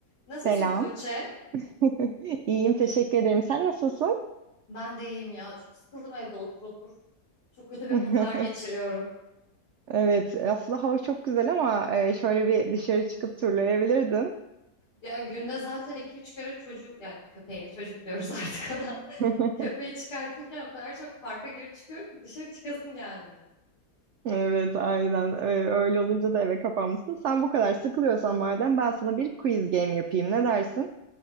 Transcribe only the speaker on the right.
Selam.
<laughs> İyiyim, teşekkür ederim. Sen nasılsın?
<laughs>
Evet, aslında hava çok güzel ama e, şöyle bir dışarı çıkıp turlayabilirdin.
<laughs>
Evet, aynen. E, Öyle olunca da eve kapanmışsın. Sen bu kadar sıkılıyorsan madem ben sana bir quiz game yapayım. Ne dersin?